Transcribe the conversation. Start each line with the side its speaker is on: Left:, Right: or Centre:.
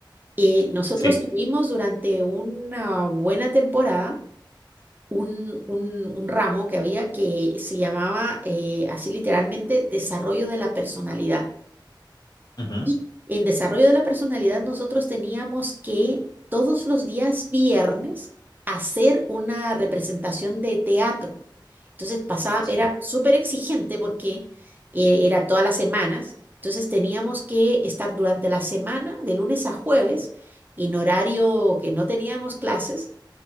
Right: eh, nosotros
Left: sí.
Right: tuvimos durante una buena temporada un, un- un ramo que había que se llamaba eh, así literalmente desarrollo de la personalidad.
Left: Ujú,
Right: Y en desarrollo de la personalidad nosotros teníamos que todos los días viernes hacer una representación de teatro. Entonces pasaba,
Left: sí.
Right: era súper exigente porque eh, era todas las semanas. Entonces teníamos que estar durante la semana, de lunes a jueves, en horario que no teníamos clases,